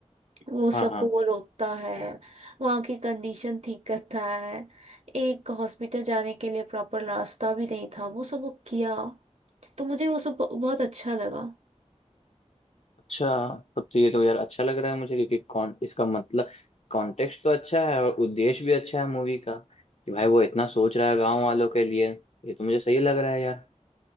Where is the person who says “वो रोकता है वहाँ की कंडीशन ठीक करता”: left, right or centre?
Right